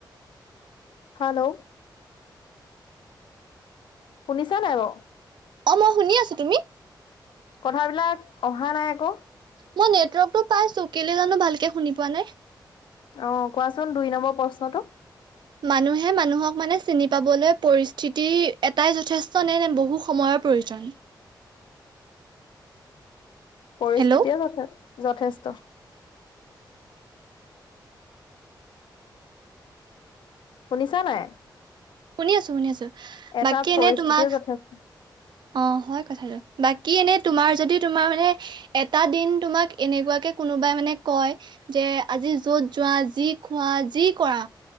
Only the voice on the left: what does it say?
হেল্ল'। শুনিছা নাই বাৰু।
কথাবিলাক অহা নাই আকৌ।
অ' কোৱাচোন দুই নম্বৰ প্ৰশ্নটো।
পৰিস্থিতিয়ে
<unintelligible> যথেষ্ট। শুনিছা নাই।
এটা
পৰিস্থিতিয়ে
যথেষ্ট